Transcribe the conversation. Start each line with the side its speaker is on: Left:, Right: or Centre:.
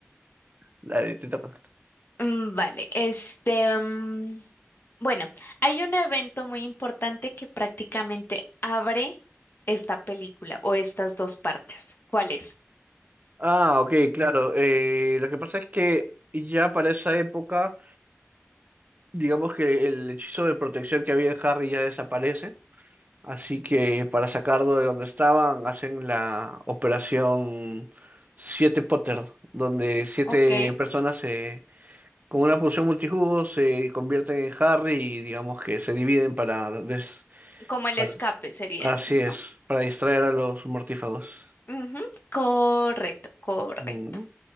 Right: Dale, te toca.
Left: Mm, Vale, este, mm, bueno, hay un evento muy importante que prácticamente abre esta película o estas dos partes. ¿Cuál es?
Right: Ah, ok, claro. Eh, lo que pasa es que ya para esa época, digamos que el hechizo de protección que había en Harry ya desaparece. Así que para sacarlo de donde estaban, hacen la operación Siete Potter, donde siete
Left: Ok,
Right: personas se, con una poción multijugo se convierten en Harry y digamos que se dividen para, des-
Left: Como el
Right: para-
Left: escape sería
Right: así
Left: ese, ¿no?
Right: es, para distraer a los mortífagos.
Left: Ujú, Correcto, correcto.
Right: Mm.